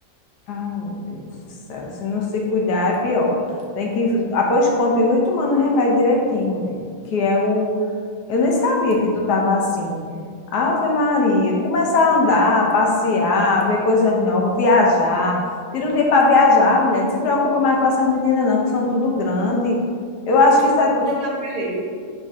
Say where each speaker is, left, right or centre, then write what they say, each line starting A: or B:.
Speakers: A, on the left; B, on the right.
A: Ah, meu Deus do céu, se não se cuidar é pior. Tem que. Ah, pois continue tomando remédio direitinho, mulher, que é o, Eu nem sabia que tu estava assim. Ave Maria, começar a andar, passear, ver coisas novas, viajar. Tira um dia para viajar, mulher. Não se preocupa mais com essas meninas, não, que são tudo grande. Eu acho
B: E tudo
A: que isso é
B: eu me aperreio.